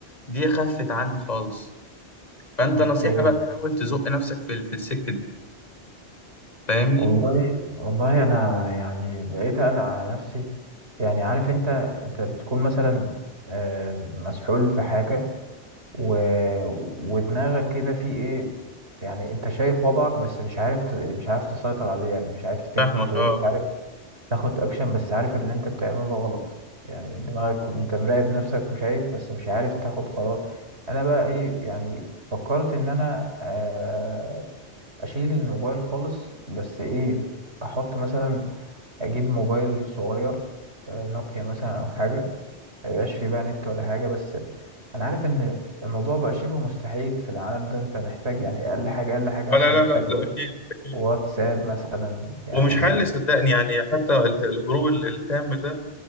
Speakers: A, on the left; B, on the right.
A: دي خفت عندي خالص فانت
B: اوكي
A: نصيحة بقى حاول تزق نفسك في في السكة دي فاهمني
B: والله والله انا يعني بقيت اقلق على نفسي يعني عارف انت انت بتكون مثلا آه، مسحول في حاجه و... ودماغك كده في ايه يعني انت شايف وضعك بس مش عارف ت... مش عارف تسيطر عليه يعني مش عارف تيك
A: فاهمك
B: كنترول
A: اه
B: مش عارف تاخد اكشن بس عارف اللي انت بتعمله ده غلط يعني دماغك انت مراقب نفسك وشايف بس مش عارف تاخد قرار انا بقى ايه يعني فكرت ان انا آه، اشيل الموبايل خالص بس ايه احط مثلا اجيب موبايل صغير آه، نوكيا مثلا او حاجه ما يبقاش فيه بقى نت ولا حاجه بس انا عارف ان الموضوع بقى شبه مستحيل في العالم ده انت محتاج يعني اقل حاجه اقل حاجه
A: آه
B: مثلا
A: لا لا
B: محتاج
A: لا ده
B: وات-
A: أكيد أكيد
B: واتساب مثلا يعني
A: ومش حل صدقني يعني حتى ال- الهروب ال- التام ده